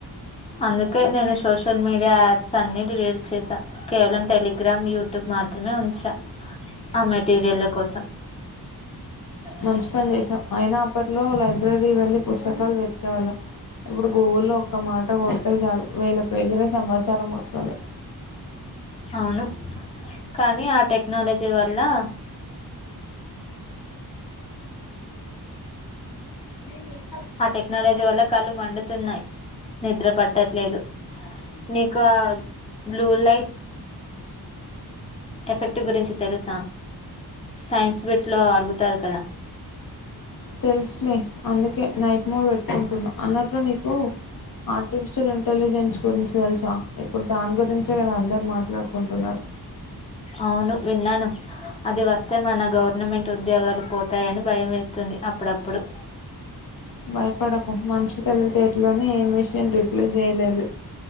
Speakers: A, on the left (about 15°); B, on the left (about 55°).
A: అందుకే నేను సోషల్ మీడియా యాప్స్ అన్ని డిలీడ్ చేశాను కేవలం టెలిగ్రామ్ యూట్యూబ్ మాత్రమే ఉంచా ఆ మెటీరియల్ కోసం
B: మంచి పని చేసావ్ అయినా అప్పట్లో లైబ్రరీ వెళ్ళి పుస్తకాలు వెతుకెవాళ్ళాం ఇప్పుడు గూగుల్లో ఒక్క మాట కొడితే చాలు వేల పేజీల సమాచారం వస్తుంది
A: అవును కానీ ఆ టెక్నాలజీ వల్ల లా <inaudible>
B: నెంచేసిన <inaudible>
A: ఆ టెక్నాలజీ వల్ల కళ్ళు మండుతున్నాయ్ నిద్ర పట్టట్లేదు నీకు ఆ బ్లూలైట్ ఎఫెక్ట్ గురించి తెలుసా సైన్స్ బిట్ లో అడుగుతారు కదా.
B: తెలుసులే అందు కే నైట్ మోడు పెట్టుకుంటున్నా, అన్నట్లు నీకు ఆర్టిఫిషియల్ ఇంటెలిజెన్స్ గురించి తెలుసా ఇప్పుడు దాని గురించే కదా అందరు మాట్లాడుకుంటున్నరు.
A: అవును విన్నాను అది వస్తే మన గవర్నమెంట్ ఉద్యోగాలు పోతాయని భయం వేస్తుంది అప్పుడప్పుడు.
B: భయపడకు మనిషి తెలివితేటలోనే ఏం విషయం రిప్లే చేయలేదు,